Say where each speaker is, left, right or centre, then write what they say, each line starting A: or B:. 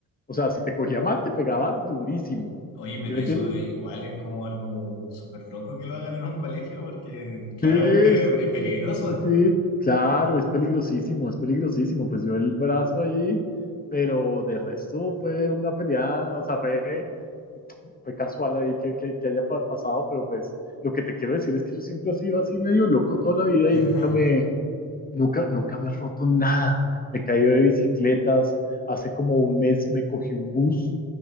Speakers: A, on the left; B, on the left.
A: O sea, si te cogía mal, te pegaba durísimo.
B: Oye, pero
A: ¿Sí me
B: eso
A: entiendes?
B: eh, igual es como algo súper loco que lo hagan en un colegio porque claramente
A: Sí, sí,
B: es peligroso.
A: sí, sí, sí, sí. Claro, es peligrosísimo, es peligrosísimo. Pues yo el brazo ahí, pero de resto fue una pelea, o sea, fue, fue casual ahí que, que- que haya pa- pasado, pero pues lo que te quiero decir es que yo siempre he sido así medio loco toda la vida
B: <laughs>
A: y nunca me, nunca, nunca me he roto nada. Me he caído de bicicletas, hace como un mes me cogí un bus